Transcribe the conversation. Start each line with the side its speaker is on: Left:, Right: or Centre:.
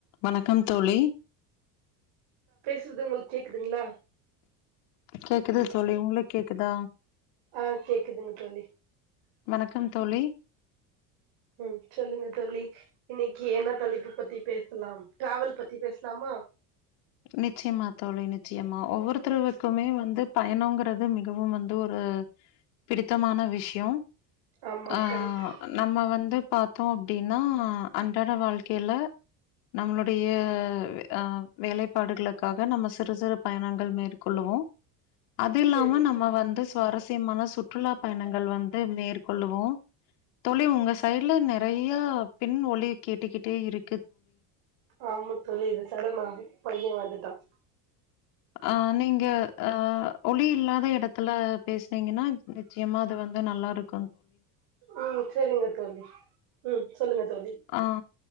Left: வணக்கம் தோழி
Right: றதுங்க உங்களுக்கு கேக்குதுங்களா
Left: கேக்குது தோழி உங்களுக்கு கேக்குதா
Right: ஆ கேக்குதுங்க தோழி
Left: வணக்கம் தோழி
Right: ம் சொல்லுங்க தோழி இன்னைக்கு என்ன தலைப்பு பத்தி பேசலாம் டிராவல் பத்தி பேசலாமா
Left: நிச்சயமா தோழி நிச்சயமா ஒவ்வொருத்தருவுக்குமே வந்து பயணங்கிறது மிகவும் வந்து ஒரு பிடித்தமான விஷயம்
Right: ஆமா
Left: ஆ
Right: கரெக்ட்
Left: நம்ம வந்து பார்த்தோம் அப்டின்னா அன்றாட வாழ்க்கையில நம்மளுடையஹ் வேலை ப்பாடுகளுக்காக நம்ம சிறு சிறு பயணங்கள் மேற்கொள்ளுவோம் அது இல்லாம
Right: செரி
Left: நம்ம வந்து சுவாரஸ்யமான சுற்றுலா பயணங்கள் வந்து மேற்கொள்ளுவோ தோழி உங்க சைடுல நிறையா பின் ஒலி கேட்டுக்கிட்டே இருக்
Right: ஆமா தோழி சடனா பையன் வந் துட்டான்
Left: ஆ நீங்க ஆ ஒலி இல்லாத இடத்துல பேசுனீங்கன்னா பிரச் ஏம்மா அது வந்து நல்லா இருக்
Right: ம் செரிங்க தோழி ம் சொல்லுங்க தோழி
Left: ஆ